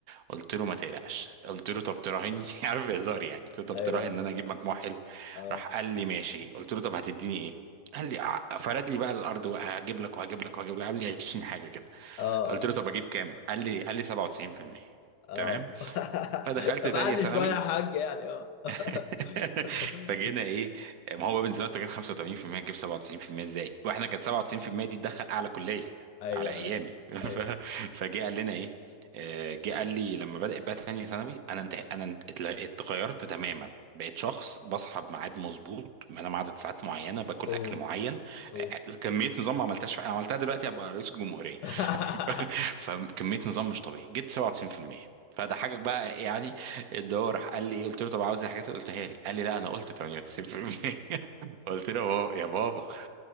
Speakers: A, on the right (about 70°); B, on the left (about 85°).
A: قلت له ما تقلقش قلت له طب تراهني <laughs> عارف هزار يعني قلت له طب
B: أيوه
A: تراهن
B: أيوة.
A: ان انا اجيب مجموع حلو
B: اه
A: راح قال لي ماشي قلت له طب هتديني ايه قال لي ع- فرد لي بقى الارض وهجيب لك وهجيب لك وهجيب لك قال لي 20 حاجه
B: اه
A: قلت له طب اجيب كام قال لي قال لي 97%
B: اه
A: تمام
B: اه
A: فدخلت
B: <laughs> طب
A: تانية
B: علي
A: ثانوي
B: شوية يا حاج يعني اه
A: <laughs>
B: <laughs>
A: فجينا ايه ما هو بقى من زمان انت جايب 85% تجيب 97% ازاي واحنا كانت 97% دي تدخل اعلى كلية
B: أيوه
A: على ايامي
B: أيوه
A: <laughs>
B: أيوه
A: ف... فجه قال لنا ايه آه، جه قال لي لما بدأت بقى تانية ثانوي انا انت... انا انت- اتل- اتغيرت تماما بقيت شخص بصحى بميعاد مظبوط بنام عدد ساعات معينه باكل
B: أوف
A: اكل معين
B: أوف
A: آه، آه، كميه نظام ما عملتهاش في... عملتها دلوقتي ابقى رئيس الجمهوريه
B: <laughs>
A: <laughs> فكميه نظام مش طبيعي جبت 97% فده حاجه بقى يعني اللي هو راح قال لي قلت له طب عاوز الحاجات اللي قلتها لي قال لي لا انا قلت 98% <laughs> قلت له بابا- يا بابا <laughs>